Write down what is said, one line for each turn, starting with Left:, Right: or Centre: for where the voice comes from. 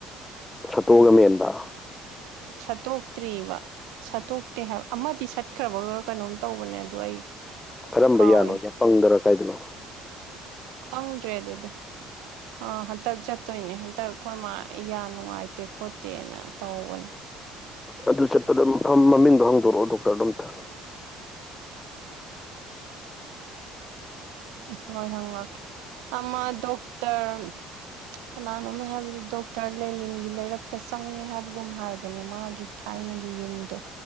Left: ꯁꯠꯇꯣꯛꯑꯒ ꯃꯦꯟꯕ
Right: ꯁꯇꯣꯛꯇ꯭ꯔꯤꯔꯤꯕ ꯁꯠꯇꯣꯛꯇꯦ ꯍꯥꯏꯕ ꯑꯃꯗꯤ ꯁꯠꯈ꯭ꯔꯕ ꯈꯔ ꯀꯩꯅꯣꯝ ꯇꯧꯕꯅꯦ ꯑꯗꯣ ꯑꯩ
Left: ꯀꯔꯝꯕ
Right: ꯀꯥꯎꯔꯦ
Left: ꯌꯥꯅꯣ ꯌꯥꯝ ꯄꯪꯗꯔ ꯀꯥꯏꯗꯅꯣ
Right: ꯈꯪꯗ꯭ꯔꯦ ꯑꯗꯨꯗꯤ ꯑꯥ ꯍꯟꯇꯛ ꯆꯠꯇꯣꯏꯅꯦ ꯍꯟꯇꯛ ꯑꯩꯈꯣꯏ ꯃꯥ ꯌꯥ ꯅꯨꯡꯉꯥꯏꯇꯦ ꯈꯣꯠꯇꯦꯅ ꯇꯧꯕꯅꯦ
Left: ꯑꯗꯨ ꯆꯠꯄꯗ ꯃꯐꯝ ꯃꯃꯤꯡꯗꯣ ꯍꯥꯡꯗꯣꯔꯛꯑꯣ ꯗꯣꯛꯇꯔꯗ ꯑꯝꯇ
Right: ꯍꯣꯏ ꯍꯪꯉꯛꯀꯦ ꯑꯃ ꯗꯣꯛꯇꯔ ꯀꯅꯥꯅꯣꯝꯅ ꯍꯥꯏꯕꯗꯤ ꯗꯣꯛꯇꯔ ꯂꯦꯂꯤꯟꯒꯤ ꯂꯩꯔꯛꯇ ꯆꯪꯉꯦ ꯍꯥꯏꯕꯒꯨꯝ ꯍꯥꯏꯕꯅꯦ ꯃꯥꯒꯤ ꯊꯥꯏꯅ ꯑꯒꯤ ꯌꯨꯝꯗꯣ